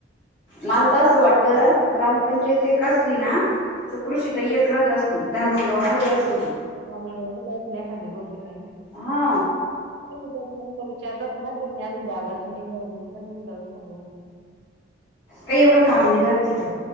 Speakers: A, on the left; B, on the right.
A: मला तर असं वाटतं, ग्रामपंचायत एक असली ना तर, कृषीताई एक राहत असल ती धामनगावमध्ये असल ती.
B: धामणगाव मधी असल एखांदी बहुतेक काय माहित.
A: हा.
B: मी त्या सरांना विचारलं होत. ना ते म्हणे अजून जाग नाही अस म्हणे निंगल्यावर सांगू.
A: काही एवढं काम नाही राहत तिथ.